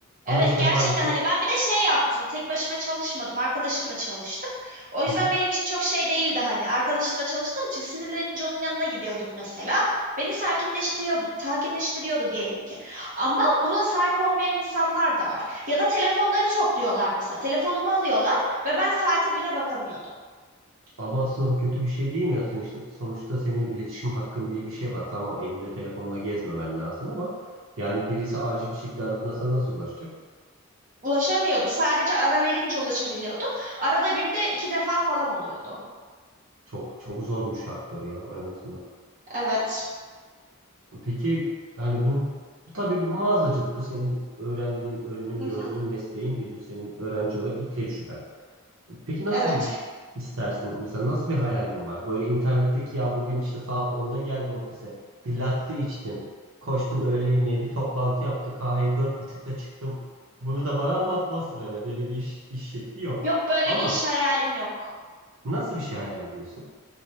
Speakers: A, on the right; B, on the right.
A: Ama
B: Evet
A: işte
B: gerçekten
A: maalesef
B: hani ben bir de şey yaptım. Tek başıma çalışmadım. Arkadaşımla çalıştım. O yüzden
A: Hı hı.
B: benim için çok şey değildi hani. Arkadaşımla çalıştığım için sinirlenince onun yanına gidiyordum mesela. Beni sakinleştiriyordu, sakinleştiriyordu diyelim ki. Ama buna sahip olmayan insanlar da var. Ya da telefonları topluyorlar mesela. Telefonumu alıyorlar ve ben saate bile bakamıyordum.
A: Ama aslında bu kötü bir şey değil mi ya? Sen işte, sonuçta senin iletişim hakkın diye bir şey var. Tamam elinde telefonla gezmemen lazım ama yani birisi acil bir şekilde aradığında sana nasıl ulaşacak?
B: Ulaşamıyordu. Sadece ara verince ulaşabiliyordu. Arada günde iki defa falan oluyordu.
A: Çok çok zormuş şartları ya en azından.
B: Evet.
A: Peki yani bu bu tabii bu mağazacılık bu senin öğrendiğin, öğrenim
B: Hı
A: gördüğün
B: hı.
A: mesleğin değil. Bu senin öğrenci olarak ilk tecrüben. Peki nasıl
B: Evet.
A: bir iş istersin? Mesela nasıl bir hayalin var? Böyle internetteki ya bugün işte saat onda geldim ofise. Bir latte içtim. Koştum öğle yemeği bir toplantı yaptı. Kahveyi dört buçukta çıktım. Bunu da bana anlatmazsın herhalde. Öyle bir iş, iş şekli yok.
B: Yok böyle
A: Ama
B: bir iş hayalim yok.
A: nasıl bir şey hayal ediyorsun?